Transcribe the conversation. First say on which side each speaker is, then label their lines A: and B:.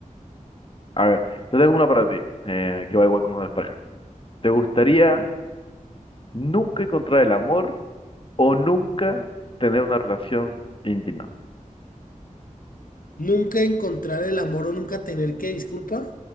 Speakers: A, on the left (about 40°); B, on the left (about 85°).
A: A ver, te tengo una para ti, eh, que va igual con una de las parejas. ¿Te gustaría nunca encontrar el amor o nunca tener una relación íntima?
B: ¿Nunca encontrar el amor o nunca tener que disculpar?